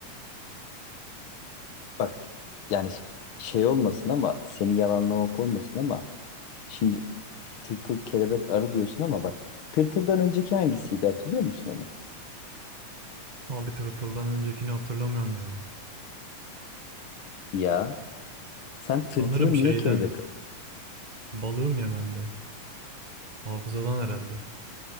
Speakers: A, on the left; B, on the right.
A: Bak yani ş- şey olmasın ama seni yalanlamak olmasın ama şimdi tırtıl kelebek arı diyorsun ama bak tırtıldan önceki hangisiydi hatırlıyor musun onu?
B: Abi tırtıldan öncekini hatırlamıyorum ya.
A: Ya sen tırtılı
B: Sanırım şeyden.
A: niye kelebek
B: Balığım ya bende. Hafızadan herhalde.